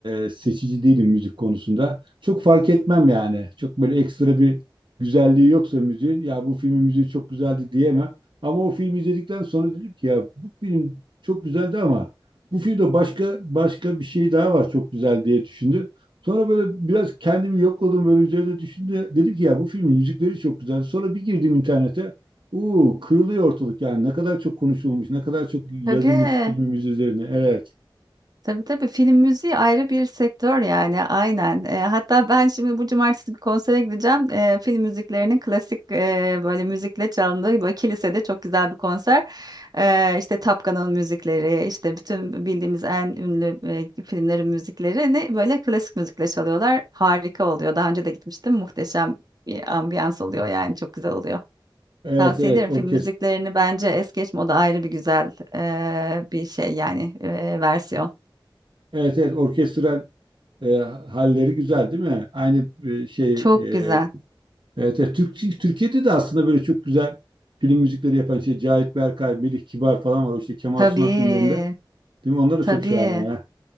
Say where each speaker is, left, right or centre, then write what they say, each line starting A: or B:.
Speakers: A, on the right; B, on the right.
A: e, seçici değilim müzik konusunda. Çok fark etmem yani. Çok böyle ekstra bir güzelliği yoksa müziğin ya bu filmin müziği çok güzeldi diyemem. Ama o filmi izledikten sonra dedim ki ya bu film çok güzeldi ama bu filmde başka başka bir şey daha var çok güzel diye düşündüm. Sonra böyle biraz kendimi yokladım böyle üzerine düşündüm. Dedim ki ya bu filmin müzikleri çok güzel. Sonra bir girdim internete. Uuu kırılıyor ortalık yani ne kadar çok konuşulmuş, ne kadar çok yazılmış
B: Tabii.
A: filmimiz üzerine. Evet,
B: Tabii tabii film müziği ayrı bir sektör yani aynen. E, hatta ben şimdi bu cumartesi bir konsere gideceğim. E, film müziklerinin klasik e, böyle müzikle çalındığı böyle kilisede çok güzel bir konser. E, işte Top Gun'ın müzikleri, işte bütün bildiğimiz en ünlü e, filmlerin müziklerini böyle klasik müzikle çalıyorlar. Harika oluyor. Daha önce de gitmiştim. Muhteşem bir ambiyans oluyor yani çok güzel oluyor.
A: evet,
B: Tavsiye
A: evet
B: ederim
A: orkest,
B: film müziklerini bence es geçme o da ayrı bir güzel e, bir şey yani e, versiyon.
A: evet, evet orkestral e, halleri güzel değil mi? Aynı e, şey,
B: Çok
A: e,
B: güzel.
A: evet, evet Türk, Türkiye'de de aslında böyle çok güzel film müzikleri yapan şey Cahit Berkay, Melih Kibar falan var. O işte Kemal
B: Tabii,
A: Sunal filmlerinde. Değil mi? Onlar da
B: tabii.
A: çok şahane ya.